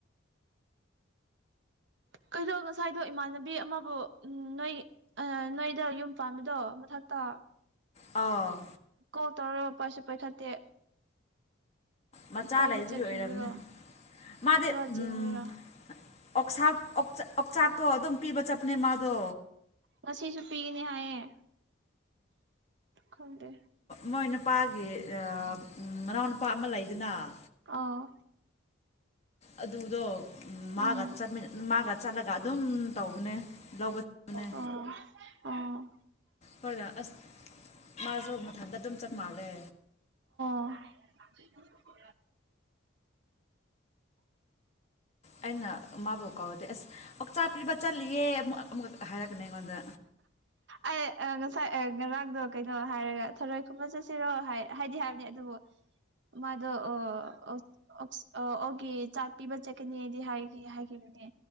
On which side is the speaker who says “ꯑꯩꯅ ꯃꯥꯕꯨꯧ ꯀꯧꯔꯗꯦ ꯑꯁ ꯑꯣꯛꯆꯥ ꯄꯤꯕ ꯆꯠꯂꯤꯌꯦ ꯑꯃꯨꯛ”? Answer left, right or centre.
Left